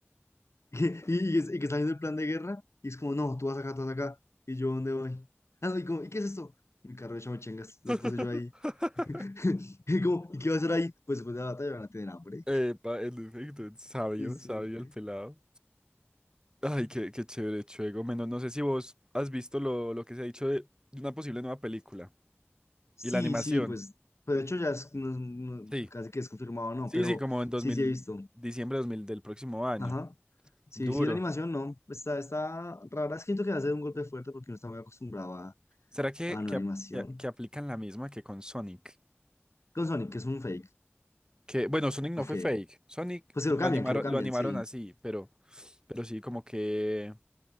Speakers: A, on the left (about 85°); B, on the right (about 15°).
A: Y, y, y que está viendo el plan de guerra. Y es como, no, tú vas acá, tú vas acá. ¿Y yo dónde voy? Ah, no, y como, ¿y qué es esto? Mi carro de chimichangas. Lo
B: <laughs>
A: puse yo ahí. <laughs> Y como, ¿y qué va a hacer ahí? Pues después de la batalla van a tener hambre.
B: Epa, en efecto, es sabio,
A: <laughs> Y sí,
B: sabio
A: sí.
B: el pelado. Ay, qué, qué chévere, Chuego. Menos, no sé si vos has visto lo, lo que se ha dicho de, de una posible nueva película
A: Sí,
B: y la animación.
A: sí, pues, pero de hecho ya es, no- no-
B: Sí.
A: casi que es confirmado, no,
B: Sí,
A: pero
B: sí, como en dos
A: sí,
B: mil
A: sí he visto.
B: diciembre de 2000 del próximo año.
A: Ajá. Sí,
B: Duro.
A: sí, la animación no, está, está rara. Es que siento que va a ser un golpe fuerte porque no está muy acostumbrado a,
B: ¿Será que,
A: a la nueva
B: que, ap-
A: animación.
B: que- que aplican la misma que con Sonic?
A: Con Sonic, que es un fake.
B: Que, bueno, Sonic no
A: Ok.
B: fue fake. Sonic
A: Pues
B: lo
A: que lo cambian,
B: animaron,
A: que lo cambian,
B: lo animaron
A: sí.
B: así, pero, pero sí, como que,